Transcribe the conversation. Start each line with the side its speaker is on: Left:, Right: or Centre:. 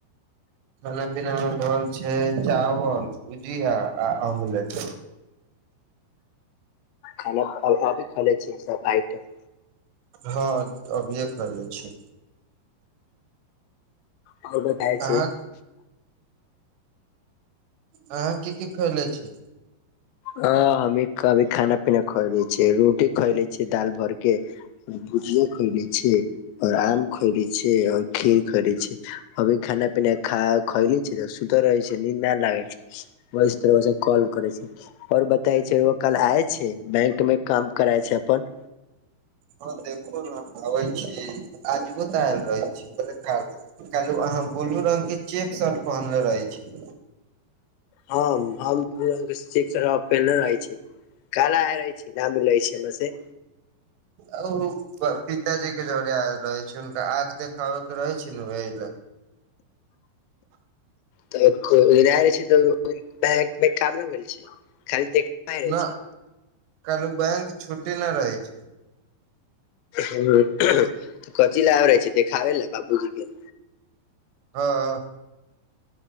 Right: खान पीनामे भेल छै चावल भुजिया आ ऑमलेट
Left: खाना अ-अभी खा लेय छियै सब आइटम
Right: हाँ अभीेये खै ले छी।
Left: आओर बताए छी
Right: अहाँ अहाँके की की खयले छी।
Left: हाँ हमी अभी खाना पीना खैले छियै रोटी खै ले छियै दाल भर के भुजिया खैले छियै आओर आम खैले छियै आओर खीर खै ले छियै अभी खाना पीना खा खइली छी सुत रहै छै नीन्दा लागे छै व तर कॉल करे छै आओर बताइ छै रोकल आय छै बैंक मे काम करै छै अपन
Right: हँ देखू ने आबै छी। आजो तऽ आयल रहै छै पहिले कालु कालु अहाँ ब्लू रंग के चेक शर्ट पहनले रहे छी
Left: हम हम सिकस पहिने रहे छी। काएला आय रहै छै ना मिलै छै हमरा से
Right: अ-ओ पिताजी के जरे आयल रहे छै। हुनका आँख देखाबे के रहे छै ने ओह लाए <inaudible>
Left: तऽ एको बेर आएल छै त बैंक मे काम नहि भेल छै खाली देख रहे
Right: न कालू बैंक छुटी न रहै छै।
Left: हूँ तऽ कथि ला आएल रहै छी देखाबै ला बाबुजी कें
Right: हाँ